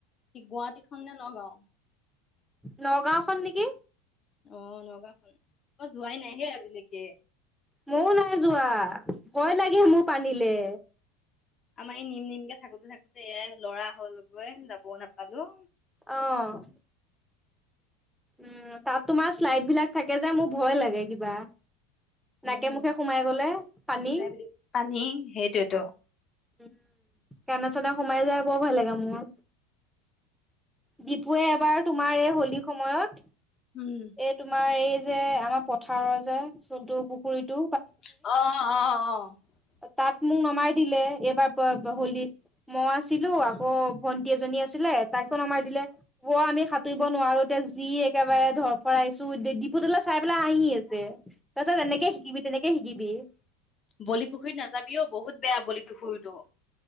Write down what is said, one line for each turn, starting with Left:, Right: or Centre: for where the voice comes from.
Left: কি গুৱাহাটীখন নে নগাঁও
Centre: নগাঁওখন নেকি।
Left: অ' নগাও খন মই যোৱাই নাইহে আজিলৈকে।
Centre: ময়ও নাই যোৱা, ভয় লাগে মোক আনিলে।
Left: আমাৰ এই নিম নিমকে থাকোতে থাকোতে, এয়াই লৰা হলগৈ যাবও নাপালো।
Centre: আহ। উম তাত তোমাৰ শ্লাইড বিলাক থাকে যে মোৰ ভয় লাগে কিবা।
Left: উম,
Centre: নাকে মুখে সোমাই গলে পানী।
Left: যাই বুলি পানী সেইটোৱেতো
Centre: উ কোনা চানা সোমাই যাই বৰ ভাল লাগে মোৰ। দপুৱুৱে এবাৰ তোমাৰ এই হোলীৰ সময়ত,
Left: উম
Centre: এই তোমাৰ এই যে আমাৰ পথাৰৰ যে চুলটো পুখুৰীতটো।
Left: আহ আহ আহ।
Centre: তাত মোক নমাই দিলে এইবাৰ হোলীত মই আছিলো
Left: উম
Centre: আকৌ ভ এজনী আছিলে তাকো নমাই
Left: উম
Centre: দিলে, প আমি নোৱাৰোতি যি একেবাৰে ধৰ ফৰাইছো। পুতলা চাই পেলাই হাঁহি আছে, তাৰপিছত তেনেকে শিকিবি তেনেকে শিকিবি।
Left: বলিপুখুৰীত নাযাবিও বহুত বেয়া বলিপুখুৰীতটো।